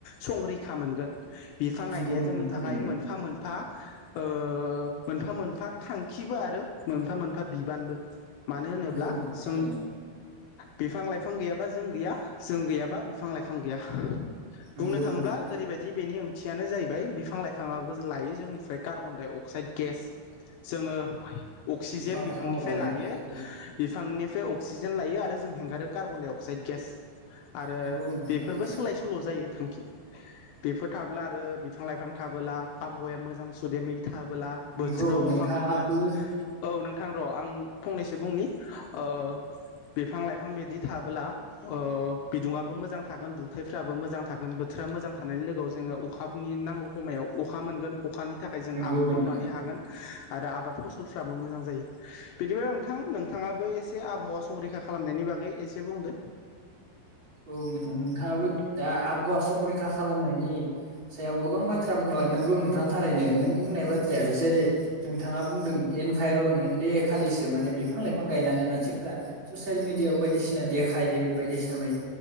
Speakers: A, on the left; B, on the right.
A: संरैखा मोनगोन। बिफां गायनाया
B: नंगौ नोंथां
A: जोंनि
B: थारैनो
A: थाखाय मोनफा मोनफा मोनफा मोनफा थांखिबो आरो मोनफा मोनफा बिबानबो मानो होनोब्ला
B: नंगौ नोंथां
A: जों
B: थारैनो
A: बिफां लाइफां गैयाबा जों गैया जों गैयाबा बिफां लाइफां गैया।
B: नंगौ
A: बुंनो थाङोब्ला
B: नोंथां
A: ओरैबायदि बेनि ओंथियानो जाहैबाय। बिफां लाइफाङाबो लायो जोंनिफ्राय कार्बन दडाइ अक्साइड गेस जोङो अक्सिजेन
B: बिफां
A: बिफांनिफ्राय
B: लाइफां हगारनायखौ
A: लायो
B: औ
A: बिफांनि बेफ्राय अक्सिजेन लायो आरो हगारो कार्बन डाइ अक्साइड गेस आरो
B: नंगौ नोंथां
A: बेफोरबो
B: थारैनो
A: सोलाय सोल' जायो। थांखि बेफोर थाब्ला आरो बिफां लाइफां थाबोला आबहावाया मोजां सुदेमै थाबोला
B: नंगौ
A: बोथोराव
B: नोंथाङाबो
A: अखा मोनगोन औ नोंथां र' आं फंनैसो बुंनि ओ बिफां -लाइफां बिदि थाब्ला बिदुङआो मोजां थागोन दुंथाइफ्राबो मोजां थागोन बोथोर <unintelligible> मोजां थानायनि लोगोआव जोङो अखाबनि नांगौ समायाव अखा मोनगोन अखानि थाखाय जों
B: नंगौ
A: आबाद
B: नोंथां
A: मावनानै हागोन। आरो आबाद फसलफ्राबो मोजां जायो बिदिब नोंथां नोंथाङाबो एसे आबहावा संरैखा खालामनायनि बागै एसे बुंदो।
B: औ नोंथां नोंथाङाबो दा आबहावा संरैखा खालामनायनि सायाव गोबां बाथ्रा बुंला नोंगौ नोंथाङा थारैनो नों बुंनाय बाथ्रायाबो जेरै नोंथाङा बुंदों इनभाइरनमे दे खालिसो माने बिफां -लाइफां गायनानै मानसिफोरा्रा ससियेल मिडियाआव बायदिसिना देखायो बायदिसिना बाय